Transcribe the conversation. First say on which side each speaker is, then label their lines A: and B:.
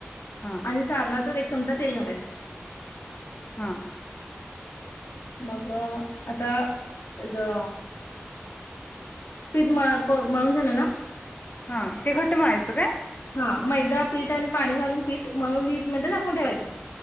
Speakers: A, on the left (about 35°); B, on the left (about 80°).
A: हा
B: आणि सारना तरी चमचा तेल घालायच
A: हा.
B: मग आता ज पीठ म मळून झालं ना
A: हा, ते घट मळायचं काय?
B: हा मैदा पीठ आणि पाणी घालून पीठ मळून वीस मिनिटं झाकून ठेवायचं